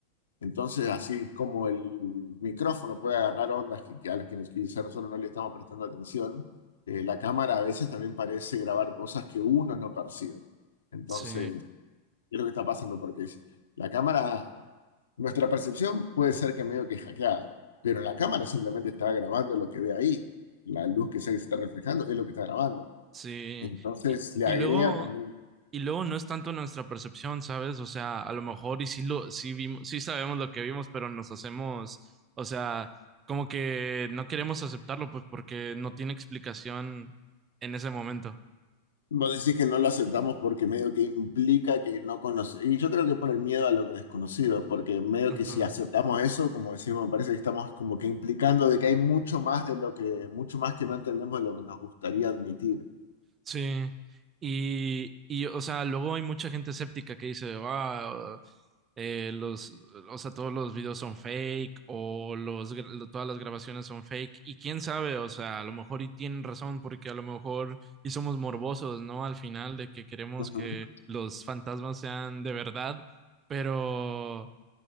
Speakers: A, on the left; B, on the right.
A: Entonces, así como el micrófono puede agarrar ondas que, que a las que nos- quizá nosotros no le estamos prestando atención, eh, la cámara a veces también parece grabar cosas que uno no percibe. Entonces,
B: sí,
A: ¿qué es lo que está pasando porque es- la cámara, nuestra percepción puede ser que medio que hackeada, pero la cámara simplemente está grabando lo que ve ahí. La luz que se está reflejando es lo que está grabando.
B: sí.
A: Entonces,
B: Y,
A: le
B: y
A: agrega
B: luego,
A: como
B: Y luego no es tanto nuestra percepción, ¿sabes? O sea, a lo mejor y sí lo, sí vimos, sí sabemos lo que vimos, pero nos hacemos, o sea, como que no queremos aceptarlo, pues porque no tiene explicación en ese momento.
A: Vos decís que no lo aceptamos porque medio que implica que no conoce Y yo creo que por el miedo a lo que desconocido, porque medio
B: Ajá.
A: que si aceptamos eso, como decimos, me parece que estamos como que implicando de que hay mucho más de lo que, mucho más que no entendemos de lo que nos gustaría admitir.
B: Sí, y, y, o sea, luego hay mucha gente escéptica que dice, ah, eh, los, o sea, todos los videos son fake o los, gra- lo- todas las grabaciones son fake y quién sabe, o sea, a lo mejor y tienen razón porque a lo mejor y somos morbosos, ¿no? Al final de que queremos
A: Ujú.
B: que los fantasmas sean de verdad, pero